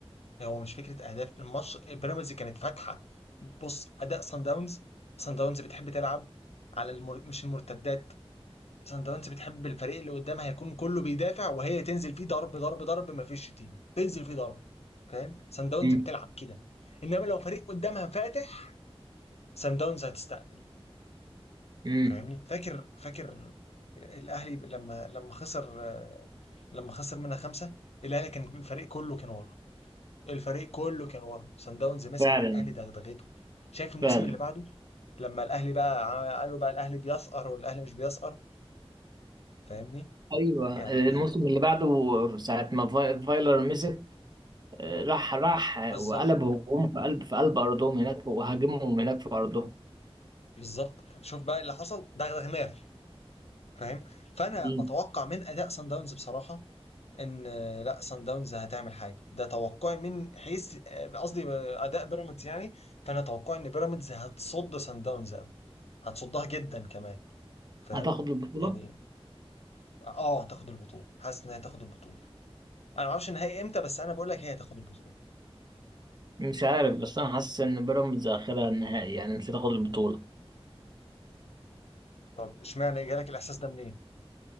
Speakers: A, on the left; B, on the right.
A: هو مش فكره اهداف الماتش بيراميدز كانت فاتحه بص اداء سان داونز سان داونز بتحب تلعب على المر... مش المرتدات سان داونز بتحب الفريق اللي قدامها يكون كله بيدافع وهي تنزل فيه ضرب ضرب ضرب ما فيش شتيمه تنزل فيه ضرب فاهم سان داونز
B: مم.
A: بتلعب كده انما لو فريق قدامها فاتح سان داونز هتستقبل
B: امم
A: فاهمني فاكر فاكر الاهلي لما لما خسر لما خسر منها خمسه الاهلي كان الفريق كله كان ورا الفريق كله كان ورا سان داونز مسكت
B: فعلا
A: الاهلي دغدغته شايف الموسم
B: فعلا
A: اللي بعده لما الاهلي بقى ع- قالوا بقى الاهلي بيسقر والاهلي مش بيسقر فاهمني
B: ايوه
A: يعني
B: الموسم
A: يعني
B: اللي بعده ساعه ما فاي- فايلر مسك آه، راح راح
A: بالظبط
B: وقلب هجوم في قلب في قلب ارضهم هناك وهاجمهم هناك في ارضهم
A: بالظبط شوف بقى اللي حصل دغدغناه فاهم فانا
B: مم.
A: بتوقع من اداء سان داونز بصراحه ان آه، لا سان داونز هتعمل حاجه ده توقعي من حيث آه، قصدي آه، اداء بيراميدز يعني فانا توقعي ان بيراميدز هتصد سان داونز قوي هتصدها جدا كمان فاهم
B: هتاخد البطوله
A: يعني اه هتاخد البطولة حاسس ان هي تاخد البطولة انا ما اعرفش النهائي امتى بس انا بقول لك هي تاخد البطولة
B: مش عارف بس انا حاسس ان بيراميدز اخرها النهائي يعني مش هتاخد البطوله
A: طب اشمعنى جالك الاحساس ده منين